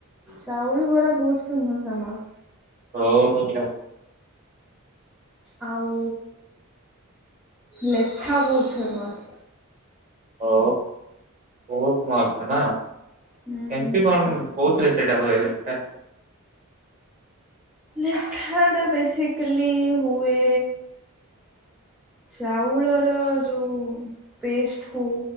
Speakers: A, in the centre; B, on the right.
A: ଚାଉଳ ବରା ବହୁତ ଫେମସ୍ ଆମର।
B: ଓ ହୋ।
A: ଆଉ ଲେଥା ବହୁତ ଫେମସ୍।
B: ହଉ ବହୁତ ମସ୍ତ ନା?
A: ହୁଁ
B: କେମିତି କଣ
A: ଆ
B: କୋଉଥିରେ ସେଟା ହୁଏ ଲେଖା?
A: ଲେଖାଟା ବେସିକାଲି ହୁଏ ଚାଉଳର ଯୋଉ ପେଷ୍ଟକୁ